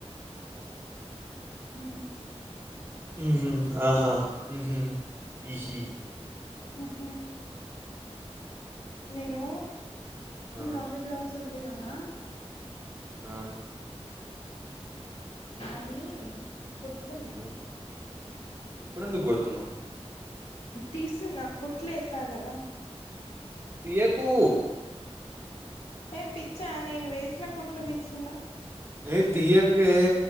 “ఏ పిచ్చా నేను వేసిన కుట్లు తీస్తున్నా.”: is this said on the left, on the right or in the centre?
Left